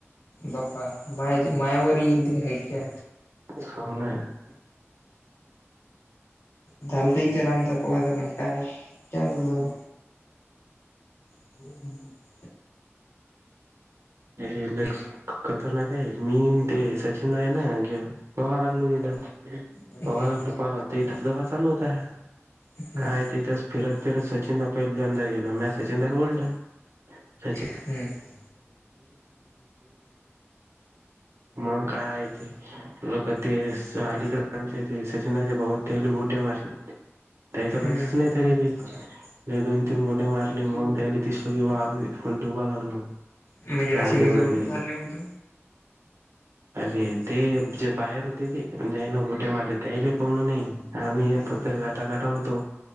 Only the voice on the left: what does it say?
बापा मा मायावरींद हकय
झालत इचार आमचा पवाज पण काय. कॅन्सल झालं. <inaudible>
हम्म
हम्म
हम्म
हम्म
म्हणजे
अशी
कशी
<unintelligible> मारली मगं तू?
हम्म